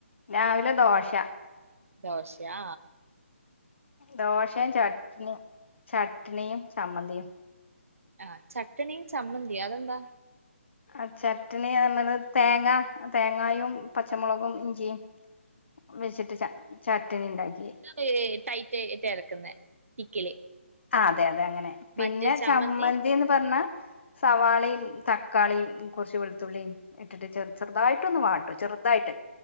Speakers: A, on the left (about 55°); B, on the right (about 80°).
A: രാവിലെ ദോശ
B: ദോശാ
A: ദോശേം ചട്നി ചട്നിയും ചമ്മന്തിയും
B: ആഹ് ചട്ട്ണീം ചമ്മന്തി അതെന്താ
A: ആഹ് ചട്ട്ണി ഏർന്നത് തേങ്ങ തേങ്ങയും പച്ച മൊളകും ഇഞ്ചിയും വെച്ചിട്ട് ചട്ട് ചട്ട്ണി ഉണ്ടാക്കി
B: ഏ ടൈറ്റ് യെറ്റാ അരക്കുന്നേ തിക്കില്
A: ആഹ് അതെ അതെ അങ്ങനെ. പിന്നെ
B: മറ്റേ ചമ്മന്തി
A: ചമ്മന്തീന്ന് പറഞ്ഞാ സവാളയും തക്കാളിയും കൊറച്ച് വെളുത്തുള്ളിയും ഇട്ടിട്ട് ചെറ് ചെുതായിട്ട് ഒന്ന് വാട്ടും ചെറുതായിട്ട്